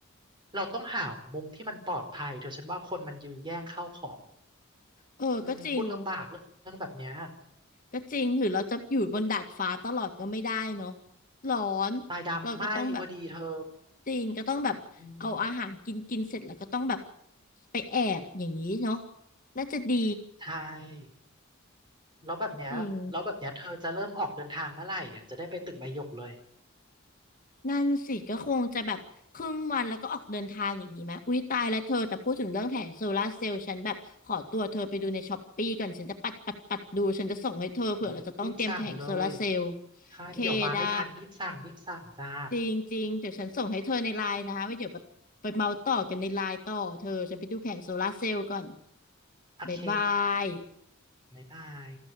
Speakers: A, on the right; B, on the left.
A: เราต้องหามุมที่มันปลอดภัยเธอฉันว่าคนมันยื้อแย่งเข้าของ
B: เออก็จริง
A: อืมพูดลำบากเรื่องแบบเนี้ย
B: ก็จริงหรือเราจะอยู่บนดาดฟ้าตลอดก็ไม่ได้เนาะร้อน
A: ตายดำไหม้พอดีเธอ
B: เราก็ต้องแบบจริงก็ต้องแบบเอาอาหารกินกินเสร็จแล้วก็ต้องแบบ
A: อืม
B: ไปแอบอย่างนี้เนาะน่าจะดี
A: ใช่ แล้วแบบเนี้ย
B: จริง
A: แล้วแบบเนี้ยเธอจะเริ่มออกเดินทางเมื่อไหร่เนี่ย จะได้ไปตึกใบหยกเลย
B: นั่นสิก็คงจะแบบครึ่งวันแล้วก็ออกเดินทางอย่างนี้ไหม อุ๊ยตายแล้วเธอแต่พูดถึงเรื่องแผงโซลาร์เซลล์ฉันแบบขอตัวเธอไปดูในช้อปปี้ก่อนฉันจะปัดปัดปัดดูฉันจะส่งให้เธอเผื่อเราจะต้องเตรียมแผงโซลาร์เซลล์
A: โอ้ยรีบสั่งเลย ใช่
B: เคได้
A: เดี๋ยวมาไม่ทัน รีบสั่ง รีบสั่งจ้า
B: จริงจริงเดี๋ยวฉันส่งให้เธอในไลน์นะไว้เดี๋ยวแบบไปเมาต่อกันในไลน์ต่อเธอฉันไปดูแผงโซลาร์เซลล์ก่อน
A: โอเค
B: บ๊ายบาย
A: บ๊ายบาย